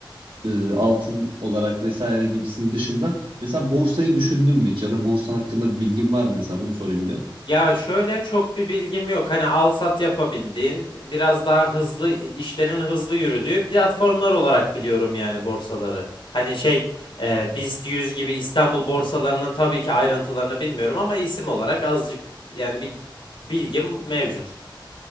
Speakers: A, on the right; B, on the left.
A: e, altın olarak vesaire gibisinin dışında mesela borsayı düşündün mü hiç ya da borsa hakkında bir bilgin var mı mesela bunu sorayım bir.
B: Ya şöyle çok bir bilgim yok. Hani al sat yapabildiğin, biraz daha hızlı işlerin hızlı yürüdüğü platformlar olarak biliyorum yani borsaları. Hani şey e, BIST 100 gibi İstanbul borsalarının tabii ki ayrıntılarını bilmiyorum ama isim olarak azıcık yani bir bilgim mevcut.